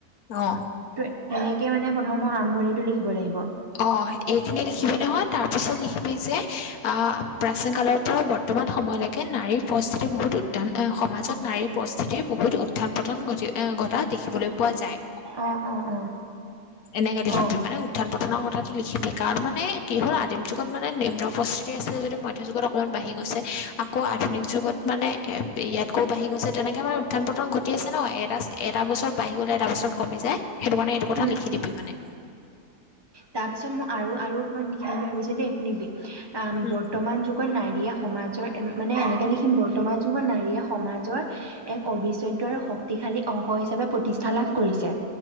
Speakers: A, on the left (about 70°); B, on the right (about 25°).
A: অ
B: তো এনেকে মানে প্ৰথমৰ আৰম্ভণিটো লিখিব লাগিব।
A: অ এইখিনি লিখিবি নহয়, তাৰ পিছত লিখিবি যে, আঁ, প্ৰাচীন কালৰ পৰা বৰ্তমান সময়লৈকে নাৰীৰ পৰিস্থিতিৰ বহুত উত্থান, ‌ সমাজত নাৰীৰ পৰিস্থিতিৰ বহুত উত্থান পতন ঘটি অঁ, ঘটা দেখিবলৈ পোৱা যায়।
B: অ', অ', অ',
A: এনেকে লিখিবি
B: অ',
A: মানে উত্থান পতন নৰ কথাটো লিখিবি, কাৰণ মানে, কি হ'ল আদিম যুগত মানে নিম্ন পৰিস্থিতি আছিলে যদি মধ্যযুগত অকণমান বাঢ়ি গৈছে, ‌আকৌ আধুনিক যুগত মানে ইয়াতকৈ বাঢ়ি গৈছে, তেনেকে মানে উত্থান পতন ঘটি আছে ন, এটা, এটা বছৰত বাঢ়ি গ'লে এটা বছৰত কমি যায়। সেইটো কাৰণে এইটো কথা
B: উম,
A: লিখি দিবি মানে।
B: তাৰপিছত মই আৰু আৰু অকমান লিখিম‌ বুলি ভাবিছোঁ দেই শুনিবি। অ'
A: উম
B: বৰ্তমান যুগত নাৰীয়ে সমাজৰ মানে, এনেকে লিখিম বৰ্তমান বৰ্তমান যুগত নাৰীয়ে সমাজৰ এক অবিচ্ছেদ্য আৰু শক্তিশালী অংশ হিচাপে প্ৰতিষ্ঠা লাভ কৰিছে।